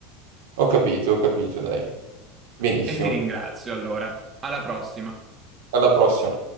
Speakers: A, on the right (about 80°); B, on the right (about 30°).
A: Ho capito, ho capito, dai. Benissimo.
B: E ti ringrazio allora. Alla prossima.
A: Alla prossima.